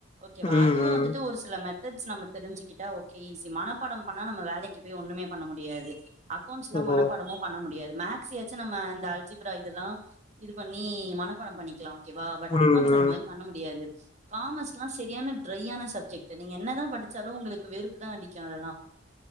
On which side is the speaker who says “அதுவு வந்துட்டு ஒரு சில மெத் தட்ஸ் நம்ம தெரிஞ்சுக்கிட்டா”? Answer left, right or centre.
Right